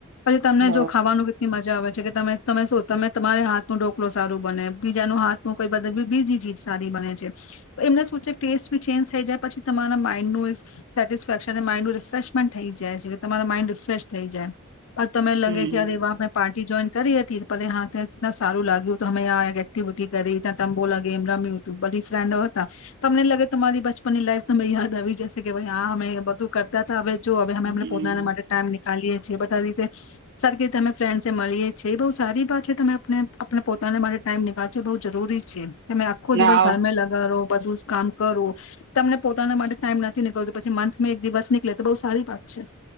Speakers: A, on the left; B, on the right.
A: પછી તમને
B: બ
A: જો ખાવાનું કેટલી મજા આવે છે કે ત તમે શું તમે તમારે હાથ નું ઢોકલો સારું બને બીજાનું હાથું કોઈ બ બીજી ચીજ સારી બને છે તો એમને શું છે ટેસ્ટ બી ચેન્જ થઈ જાય પછી તમારા માઇન્ડનુંું સેટિસ્ફેક્શન અને માઇન્ડનુંું રિફ્રેશમેન્ટ થઈ જાય જાય છે કે તમારા માઇન્ડ રિફ્રેશ થઈ જાય તમને લગે
B: હમ
A: કે યાર એવા મે પાટી જોઈન કરી હતી હા ત્યાં સારું લાગ્યું તો અમે આ એક્ટિવિટી કરી ત્યાં ત બોલા એમ રમ્યું હતું બધી ફ્રેન્ડો હતા તમને લાગે તમારી બચપનની લાઈફ તમે યાદ આવી જશે કે ભ હા અમે બધું કરતા હતા હવે મેમ
B: હમ
A: પોતાના માટે ટાઈમ ચાલીએ છીએ બધા રીતે સરખી અમે ફ્રેન્ડને મળીએ છીએ બહુ સારી વાત છે તમે પોતાને માટે ટાઈમ નીકળશો બહુ જરૂરી છે તમે આખો
B: ના
A: દીિવત ઘરમે લગાવો બધું કામ કરવું તમને પોતાના માટે ટાઈમ નથી નીકળતો પછી મંથ માં એક દિવસ નીકળે તો બહ સારી પા અચ્છા